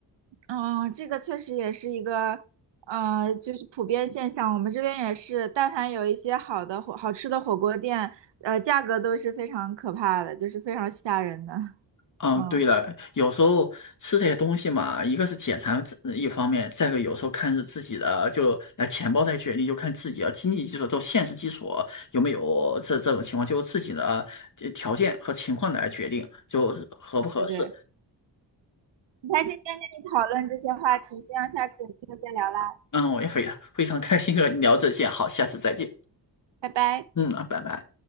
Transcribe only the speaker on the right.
嗯，这个确实也是一个，呃，就是普遍现象。我们这边也是，但凡有一些好的火、好吃的火锅店，呃，价格都是非常可怕的，就是非常吓人的。
嗯，
对对。很开心今天跟你讨论这些话题，希望下次有机会再聊啦，
拜拜。